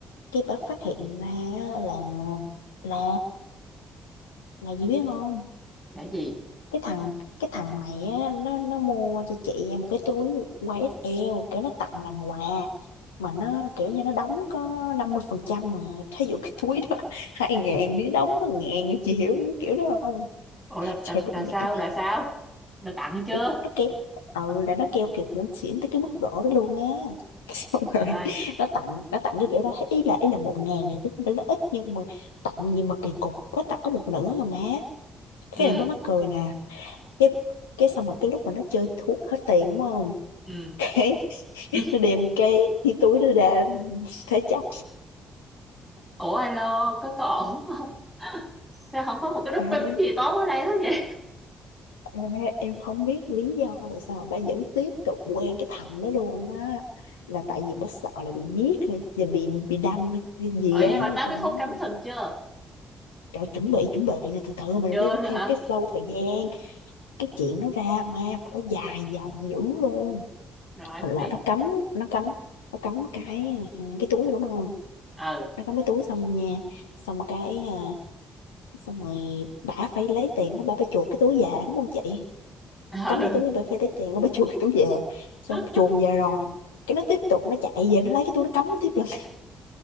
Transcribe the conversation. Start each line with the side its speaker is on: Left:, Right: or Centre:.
Left: cái bà phát hiện ra á là là là gì biết không
Centre: là gì
Left: cái thằng cái thằng này á nó nó mua cho chị một cái túi YSL kiểu nó tặng làm quà mà nó kiểu như nó đóng có 50 phần trăm mà thí dụ cái túi đó <laughs> hai ngàn đứa đóng có ngàn chị hiểu cái kiểu đó không
Centre: ủa là,
Left: trời
Centre: là,
Left: đất
Centre: là
Left: mẹ
Centre: sao là sao là tặng chưa
Left: kiểu nó kêu ừ là nó kêu kiểu muốn xỉn tới cái mức độ đó luôn á <laughs> xong
Centre: trời
Left: rồi
Centre: ơi
Left: nó tặng nó tặng cái kiểu đó ý là ý là một ngàn thì cũng đã là ít nhưng mà tặng gì mà kỳ cục có tặng có một nửa rồi má
Centre: ừ
Left: cái này mới mắc cười nè cái cái xong rồi cái lúc mà nó chơi thuốc hết tiền đúng không <laughs>
Centre: ừ
Left: cái
Centre: <laughs>
Left: nó đem cây cái túi nó ra thế chấp
Centre: ủa alo có có ổn không <laughs> sao không có một cái đức
Left: Ê,
Centre: tính gì tốt ở đây hết vậy
Left: ê, em không biết lý do tại sao bà vẫn tiếp tục quen cái thằng đó luôn á là tại vì bà sợ là bị giết hay và bị bị đâm hay gì
Centre: ừ
Left: á
Centre: nhưng mà
Left: nên
Centre: tới
Left: là
Centre: cái
Left: nó
Centre: khúc cắm
Left: đó
Centre: sừng chưa
Left: rồi chuẩn bị chuẩn bị nè từ từ mình
Centre: chưa
Left: phải
Centre: nữa
Left: theo
Centre: hả
Left: cái flow thời gian cái chuyện nó ra mà nó dài dòng dữ luôn
Centre: rồi
Left: Thành là
Centre: tiếp
Left: nó cấm nó cấm nó cấm cái ờ, cái túi đúng không
Centre: ừ
Left: nó cấm cái túi xong nha xong cái ờ, xong rồi bà phải lấy tiền của bà phải chuộc cái túi về đúng không chị
Centre: ừ
Left: cắm cái túi bà phải lấy tiền của bà chuột cái túi về xong
Centre: <laughs>
Left: chuồn về rồi cái nó tiếp tục nó chạy về nó lấy cái túi nó cắm tiếp lần